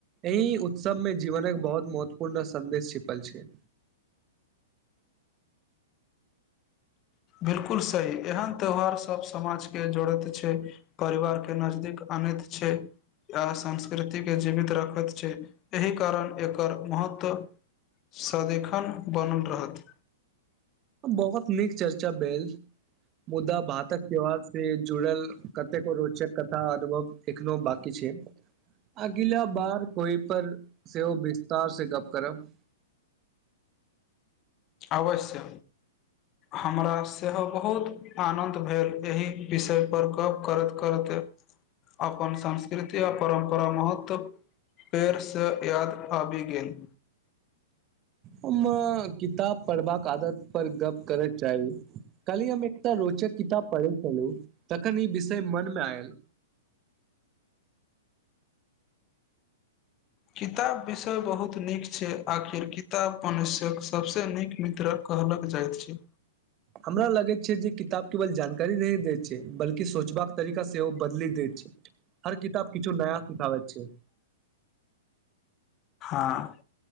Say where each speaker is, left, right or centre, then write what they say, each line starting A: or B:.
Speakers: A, on the right; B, on the left.
A: एहिही उत्सवमें जीवनक बहुत महत्वपूर्ण संदेश छिपल छै ह <inaudible>
B: बिलकुल सी एहन त्यौहार सब समाज के जोड़ैत छै परिवार के नजदीक अने छै आ संस्कृतिके जीवित रखैत छै एहि कारण एकर महत्व सदिखन बनल रहत
A: बहुत नीक चर्चा भैल मुदा भातक त्यौहार से जुड़ल कतेको रोचक कथा अनुभव एखनो बकी छै छै अगिला बार कोई पर सेहो ओ विस्तार से गप करब <inaudible>
B: आवश्य हमरा सेहो बहुत आनन्द भेल एहि विषय पर गप करैत करैत अपन संस्कृति आ परम्परा महत्व पेरसँ याद आबी गेल
A: हमा किताब पढ़बाक आदत पर गप करय चाही कहली हम एक टा रोचक किताब पढ़ै छललू तखन ई विषय मनमे आयल
B: किताब विषय बहुत नीक छै आखिर किताब पनुष्यक सभस नीक मित्रक कहलक जाइत छै
A: हमरा लगैत छै जे किताब केवल जानकारी नहि दै छै बल्कि सोचबाक तरीका से ओ बदली द छै हर किताब किछु नया सिखाबैत छै
B: हँ